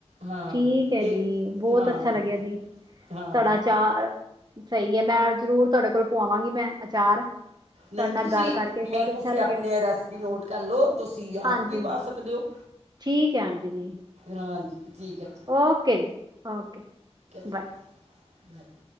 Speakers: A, on the right; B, on the right.
A: ਹਾਂ
B: ਠੀਕ ਹੈ
A: ਤੇ
B: ਜੀ, ਬਹੁਤ
A: ਹਾਂ
B: ਅੱਛਾ ਲੱਗਿਆ ਜੀ,
A: ਹਾਂ
B: ਤੁਹਾਡਾ ਅਚਾਰ। ਸਹੀ ਹੈ, ਮੈਂ ਜ਼ਰੂਰ ਤੁਹਾਡੇ ਕੋਲ ਪਵਾਵਾਂਗੀ ਮੈਂ ਅਚਾਰ। ਤੁਹਾਡੇ
A: ਨਹੀਂ,
B: ਨਾਲ
A: ਤੁਸੀਂ
B: ਗੱਲ ਕਰਕੇ
A: ਮੈਂ
B: ਬਹੁਤ ਅੱਛਾ
A: ਤੁਸੀਂ,
B: ਲੱਗਿਆ
A: ਆਪਣੇ ਰੈਸਪੀ ਨੋਟ ਕਰ ਲਓ, ਤੁਸੀਂ
B: ਹਾਂਜੀ
A: ਆਪ ਵੀ ਪਾ ਸਕਦੇ ਹੋ
B: ਠੀਕ ਹੈ, ਆਂਟੀ ਜੀ।
A: ਹਾਂ ਜੀ ਠੀਕ ਹੈ।
B: ਓਕੇ -ਓਕੇ ਬਾਏ।
A: ਜੀ ਹੈ।